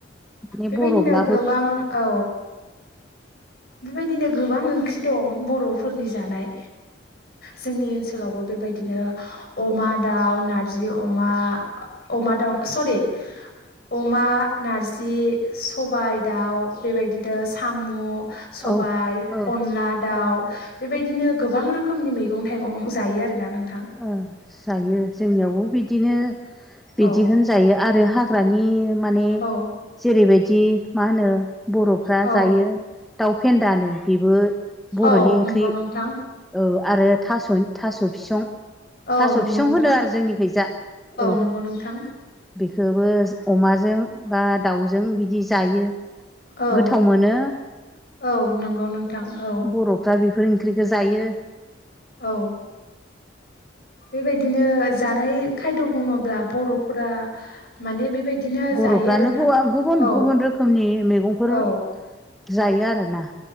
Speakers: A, in the centre; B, on the left.
A: माने
B: बेबायदिनो
A: बर'ब्लाबो
B: गोबां औ बेबायदिनो गोबां ओंख्रि दं बर'फोरनि जानाय। जोंनि ओनसो लावबो बेबायदिनो अमा दाउ नारजि अमा अमा दाउ सरि अमा नारजि सबाय दाउ बेबायदिनो सामु, सबाय,
A: औ औ
B: अनला, दाउ बेबायदिनो गोबां रोखोमनि मैगं थाइगं जायो आरोना नों
A: ओ जायो जोंनियावबो बिदिनो बिदिखौनो
B: औ
A: जायो आरो हा ग्रानि माने
B: औ
A: जेरैबायदि मा होनो बर'फ्रा
B: औ
A: जायो दाउ फेन्दानो बेबो बर'नि
B: औ
A: ओंख्रि
B: नंगौ नोंथां
A: औ आरो थास' थास' फिसं
B: औ
A: थास'
B: नंगौ
A: फिसं
B: नोंथां
A: होनो आरो जोंनिखैजा औ
B: नंगौ नोंथां
A: बेखोबो अमाजों बा दाउजों बिदि जायो।
B: औ
A: गोथाव मोनो
B: औ नंगौ नोंथां औ
A: बर'फ्रा बे बे ओंख्रिखो जायो।
B: औ बेबायदिनो जानाय खायद' बुङोब्ला बर'फोरा माने बेबायदिनो
A: बर'फ्रानो
B: जायो आरोना
A: बवा गुबुन
B: औ
A: गुबुन रोखोमनि मैगंफोर
B: औ
A: जायो आरोना।